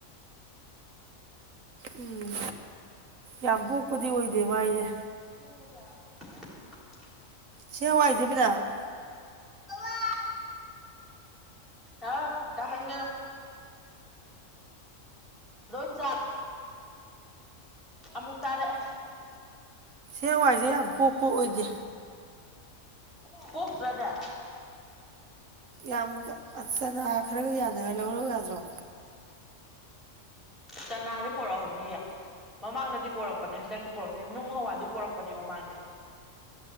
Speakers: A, on the right (about 75°); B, in the centre.
A: ꯎꯝ ꯌꯥꯝ ꯄꯣꯛꯄꯗꯤ ꯑꯣꯏꯗꯦꯕ ꯑꯩꯁꯦ
B: ꯎ
A: ꯁꯦꯋꯥꯏꯗꯦꯕꯤꯗ
B: ꯑꯋꯥꯏ ꯑ ꯇꯥ ꯍꯪꯒꯅꯣ ꯂꯣꯏ ꯆ ꯑꯃꯨꯛ ꯇꯥꯔꯦꯑꯦ
A: ꯍꯦꯋꯥꯏꯁꯦ ꯌꯥꯝ ꯄꯣꯛꯄ ꯑꯣꯏꯗꯦ
B: ꯀꯣꯛꯣꯛ ꯔꯗ
A: ꯌꯥꯝꯅ ꯈꯔꯒ ꯌꯥꯅꯔ ꯂꯧꯔꯣ ꯌꯥꯗ꯭ꯔꯣ
B: ꯆꯅꯥꯗꯤ ꯄꯣꯂ ꯍꯧꯗꯤ ꯃꯃꯥꯡꯗꯗꯤ ꯄꯣꯔꯛꯄꯅꯦ ꯍꯟꯗꯛꯇꯤ ꯄꯣꯔꯛꯇꯅꯤ ꯅꯨꯡ ꯍꯋꯥꯏꯁꯨ ꯄꯣꯔꯛꯄꯅꯦ ꯃꯃꯥꯡꯗ